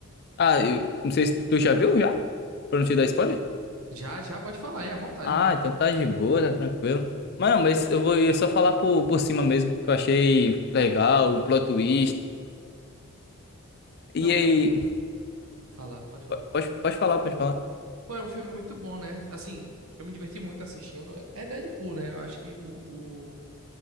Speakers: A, on the left (about 45°); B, on the right (about 80°).
A: Ah, eu não sei se tu já viu, já? Pra não te dar spoiler?
B: Já, já, pode falar, é à vontade.
A: Ah, então tá de boa, tá tranquilo. Mas não, mas eu vou eu só falar por, por cima mesmo, que eu achei legal, o plot twist. E
B: Não,
A: aí,
B: é. Fala, pode falar.
A: pode, pode falar, pode falar.
B: Pô, é um filme muito bom, né? Assim, eu me diverti muito assistindo. É é Deadpool, né? Eu acho que o, o-